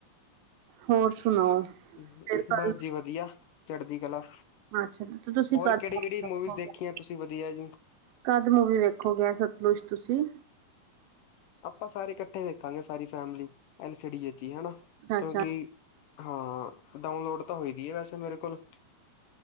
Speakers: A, on the right; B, on the left.
A: ਹੋਰ ਸੁਣਾਓ। ਫਿਰ
B: ਤੇ
A: ਕੱਲ
B: ਬਸ ਜੀ ਵਧੀਆ ਚੜ੍ਹਦੀ ਕਲਾ।
A: ਅੱਛਾ ਤੇ ਤੁਸੀਂ
B: ਹੋਰ
A: ਕਦ
B: ਕੇੜੀ-ਕੇੜੀ ਮੂਵੀਜ਼
A: ਵੇਖੋਗੇ
B: ਦੇਖੀਐ ਤੁਸੀਂ ਵਧੀਆ ਜੀ।
A: ਕਦ ਮੂਵੀ ਵੇਖੋਗੇ ਐ ਸਤਲੁਸ਼ ਤੁਸੀਂ
B: ਆਪਾਂ ਸਾਰੇ ਕੱਠੇ ਵੇਖਾਂਗੇ ਸਾਰੀ ਫੈਮਲੀ ਐਲ ਸੀ ਡੀ 'ਚ ਈ ਹੈਨਾ ਕਿਉਂਕਿ
A: ਅੱਛਾ ਅੱਛਾ
B: ਹਾਂ ਡਾਊਨਲੋਡ ਤਾਂ ਹੋਈ ਦੀ ਏ ਵੈਸੇ ਮੇਰੇ ਕੋਲ